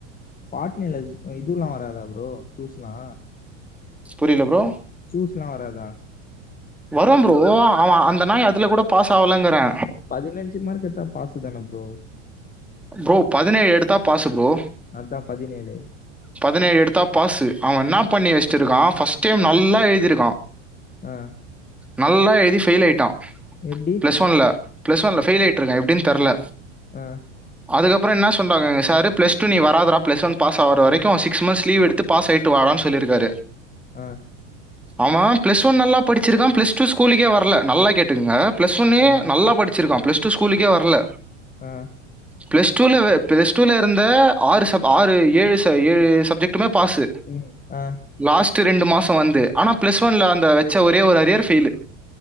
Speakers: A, on the left; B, in the centre.
A: பாட்னில ஜூ இதுவுல்லா வராதா ப்ரோ சூஸ்லா
B: புரில ப்ரோ
A: சூஸ்லா வராதா
B: வரு ப்ரோ அவே அந்த நாய் அதுல கூட பாஸ் ஆவலங்கிறே
A: பதினைஞ்சு மார்க் எடுத்தா பாசு தானே ப்ரோ
B: ப்ரோ பதினேழு எடுத்தா பாசு ப்ரோ
A: அதா பதினேழு
B: பதினேழு எடுத்தா பாசு அவே என்ன பண்ணி வஸ்ட்டுருக்கா ஃபஸ்ட்டு டைம் நல்லா எழுதிருக்கா
A: அ
B: நல்லா எழுதி ஃபெயில் ஆயிட்டா
A: எப்டி
B: பிளஸ் ஒன்ல ப்ளஸ் ஒன்ல ஃபெயில் ஆயிட்ருக்கா எப்டினு தெர்ல
A: அ
B: அதுக்கப்பறோ என்ன சொன்னாங்க எங்க சாரு பிளஸ் டூ நீ வராதரா பிளஸ் ஒன் பாஸ் ஆவுற வரை க்கு சிக்ஸ் மந்த்ஸ் லீவ் எடுத்து பாஸ் ஆயிட்டு வாடானு சொல்லிருக்காரு
A: அ
B: ஆமா பிளஸ் ஒன் நல்லா படிச்சிருக்கா பிளஸ் டூ ஸ்கூலுக்கே வரல நல்லா கே ட்டுகுங்க பிளஸ் ஒன்னே
A: ஆ
B: நல்லா படிச்சிருக்கா பிளஸ் டூ ஸ்கூலுக்கே வர்ல
A: ஆ
B: பிளஸ் டூல பிளஸ் டூல இருந்த ஆறு ச ஆறு ஏழு ஏழு சப்ஜெக்டுமே பாஸ்சு
A: ம் ஆ
B: லாஸ்ட்டு ரெண்டு மாச வந்து ஆனா பிளஸ் ஒன்ல அந்த வச்ச ஒரே ஒரு அரியர் ஃபெயிலு